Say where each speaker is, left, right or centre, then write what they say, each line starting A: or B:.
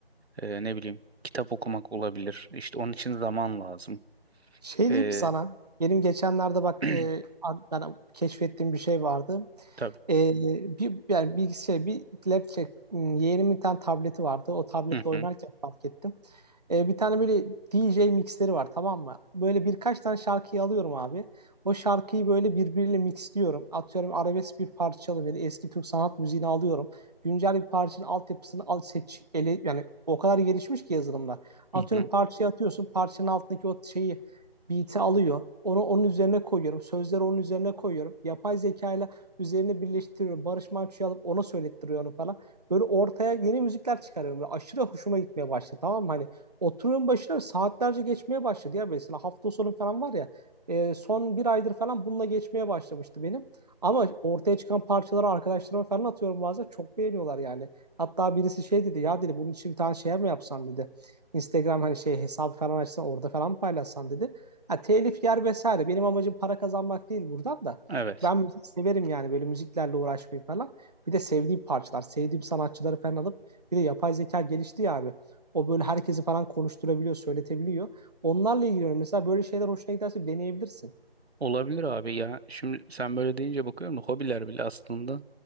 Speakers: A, on the right (about 85°); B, on the right (about 40°).
A: Ee, ne bileyim kitap okumak olabilir. İşte onun için zaman lazım.
B: Şey diyeyim
A: Ee,
B: sana. Benim geçenlerde bak
A: <clears throat>
B: e, ben keşfettiğim bir şey vardı.
A: tabii.
B: E, bir yani bir şey bir laptop m, yeğenimin bir tane tableti vardı. O tabletle
A: Hı
B: oynarken
A: hı.
B: fark ettim. E, bir tane böyle DJ mixleri var tamam mı? Böyle birkaç tane şarkıyı alıyorum abi. O şarkıyı böyle birbiriyle mixliyorum. Atıyorum arabesk bir parça çalıyor. Böyle eski Türk sanat müziğini alıyorum. Güncel bir parçanın altyapısını al seç ele yani o kadar gelişmiş ki yazılımlar. Atıyorum
A: Hı hı.
B: parçayı atıyorsun. Parçanın altındaki o şeyi beat'i alıyor. Onu onun üzerine koyuyorum. Sözleri onun üzerine koyuyorum. Yapay zeka ile üzerine birleştiriyorum. Barış Manço'yu alıp ona söylettiriyor onu falan. Böyle ortaya yeni müzikler çıkarıyorum. Böyle aşırı hoşuma gitmeye başladı. Tamam mı? Hani oturuyorum başına saatlerce geçmeye başladı ya mesela hafta sonu falan var ya. e, son bir aydır falan bununla geçmeye başlamıştı benim. Ama ortaya çıkan parçaları arkadaşlarıma falan atıyorum bazen. Çok beğeniyorlar yani. Hatta birisi şey dedi ya dedi bunun için bir tane şey mi yapsam dedi. Instagram hani şey hesabı falan açsan orada falan paylaşsan dedi. Ha, telif yer vesaire. Benim amacım para kazanmak değil buradan da.
A: Evet.
B: Ben müzik severim yani böyle müziklerle uğraşmayı falan. Bir de sevdiğim parçalar, sevdiğim sanatçıları falan alıp bir de yapay zeka gelişti ya abi. O böyle herkesi falan konuşturabiliyor, söyletebiliyor. Onlarla ilgileniyorum. Mesela böyle şeyler hoşuna giderse deneyebilirsin.
A: Olabilir abi ya. Şimdi sen böyle deyince bakıyorum da hobiler bile aslında